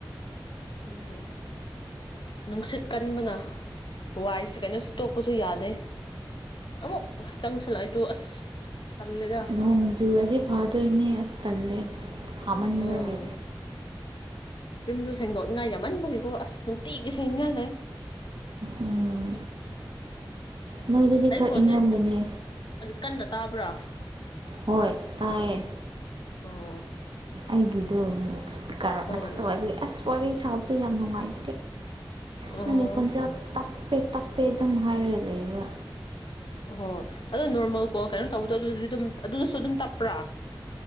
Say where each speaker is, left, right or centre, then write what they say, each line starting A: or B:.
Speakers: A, on the left; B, on the right.
A: ꯑꯗꯨꯒꯤ ꯅꯨꯡꯁꯤꯠ ꯀꯟꯕꯅ ꯋꯥꯏꯁꯤ ꯀꯩꯅꯣꯁꯤ ꯇꯣꯛꯄꯁꯨ ꯌꯥꯗꯦ ꯑꯃꯨꯛ ꯆꯪꯁꯜꯂꯛꯑꯗꯨꯣ ꯑꯁ ꯇꯜꯂꯦꯗ
B: ꯅꯣꯡꯖꯨꯔꯒ ꯐꯥ ꯇꯣꯏꯅꯦ ꯑꯁꯇꯥꯂꯦ ꯁꯥꯃꯟꯕꯒꯤ
A: ꯎꯝ ꯌꯨꯝꯁꯨ ꯁꯦꯡꯗꯣꯛꯅꯤꯡꯉꯥꯏ ꯌꯥꯝꯃꯟꯕꯒꯤꯀꯣ ꯑꯁ ꯅꯨꯡꯇꯤꯒꯤ ꯁꯦꯡꯅꯤꯉꯥꯏ ꯂꯩ
B: ꯎꯝ ꯅꯣꯏꯗꯗꯤ
A: ꯑꯩ
B: ꯈꯔ
A: ꯈꯣꯟꯗꯤ
B: ꯏꯪꯔꯝꯒꯅꯤ
A: ꯀꯟꯅ ꯇꯥꯕ꯭ꯔꯥ
B: ꯍꯣꯏ ꯇꯥꯏꯌꯦꯦ
A: ꯑꯣ
B: ꯑꯩꯒꯤꯗ ꯏꯁꯄꯤꯀꯔ ꯃꯊꯛꯇ
A: ꯎꯝ ꯎꯝ
B: ꯑꯣꯏꯕꯒꯤ ꯑꯁ ꯋꯥꯔꯤ ꯁꯥꯒꯞꯗꯣ ꯌꯥꯝ ꯅꯨꯡꯉꯥꯏ
A: ꯑꯣ
B: ꯞ ꯇꯞꯄꯦ ꯇꯞꯄꯦ ꯑꯗꯨꯝ ꯍꯥꯏꯔꯒ ꯂꯩꯕ
A: ꯍꯣ ꯑꯗꯣ ꯅꯣꯔꯃꯦꯜ ꯀꯣ ꯀꯩꯅꯣ ꯇꯧꯕꯗꯣ ꯑꯗꯨꯗꯗꯤ ꯑꯗꯨꯝ ꯑꯗꯨꯗꯁꯨ ꯑꯗꯨꯝ ꯇꯞꯄ꯭ꯔꯥ